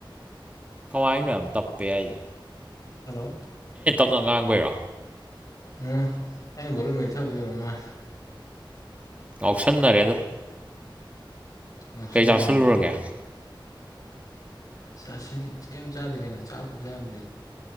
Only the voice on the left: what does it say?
ꯍꯜꯂꯣ
ꯎꯝ ꯑꯩꯅ ꯕꯣꯂꯣꯝ ꯂꯩꯇꯕꯒꯤ ꯑꯣꯏꯔꯃꯜꯂꯦ
ꯉꯥꯎꯁꯟꯅꯕꯥ
ꯅꯠꯇꯦꯗꯥ ꯆꯥꯁꯤꯟ ꯀꯩꯝ ꯆꯥꯗꯦ ꯀꯩꯅꯣ ꯆꯥꯛꯐꯛ ꯆꯥꯗ꯭ꯔꯤ